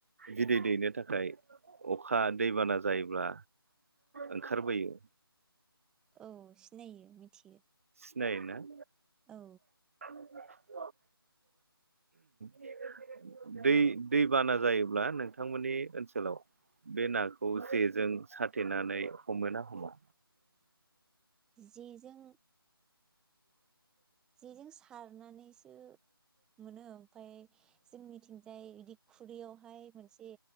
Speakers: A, on the right (about 35°); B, in the centre.
A: बिदै दैनो थाखाय अखा दैबाना जायोब्ला ओंखारबोयो।
B: औ सिनायो मिथियो
A: सिनायोना?
B: औ
A: <inaudible> <inaudible> दै दैबाना जायोब्ला नोंथांमोननि ओनसोलाव बे नाखौ जेजों साथेनानै हमो ना हमा?
B: जेजों जेजों सारनानैसो मोनो ओमफ्राय जोंनिथिंजाय बिदि खुरैयावहाय मोनसे